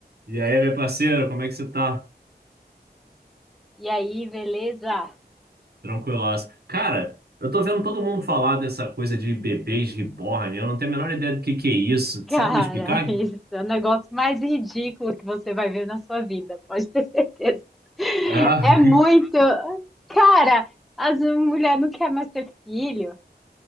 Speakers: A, on the right; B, in the centre.
A: E aí, meu parceiro, como é que você tá?
B: E aí, beleza?
A: Tranquilaço. Cara, eu tô vendo todo mundo falar dessa coisa de bebês reborn, eu não tenho a menor ideia do que que é isso. Sabe
B: Cara,
A: me explicar?
B: <laughs> isso é o negócio mais ridículo que você vai ver na sua vida, pode ter certeza.
A: Ah,
B: É muito. Cara, as mulheres não querem mais ter filho,